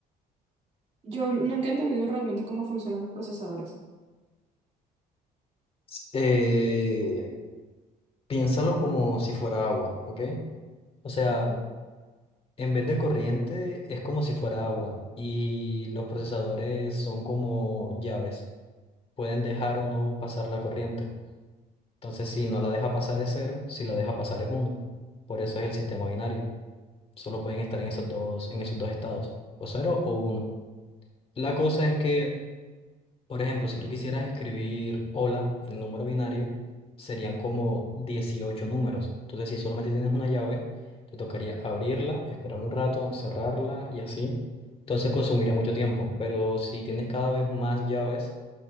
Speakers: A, on the right; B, on the left.
A: Yo nunca he entendido realmente cómo funcionan los procesadores.
B: S- eh, piénsalo como si fuera agua, ¿ok? O sea,
A: Ujú.
B: en vez de corriente es como si fuera agua y los procesadores son como llaves. Pueden dejar o no pasar la corriente. Entonces, si no la deja pasar es cero, si la deja pasar es uno. Por eso es el sistema binario. Solo pueden estar en esos dos, en esos dos estados, o cero o uno. La cosa es que Por ejemplo, si tú quisieras escribir hola en número binario, serían como 18 números. Entonces, si solamente tienes una llave, te tocaría abrirla, esperar un rato, cerrarla y así. Entonces, consumiría mucho tiempo. Pero si tienes cada vez más llaves,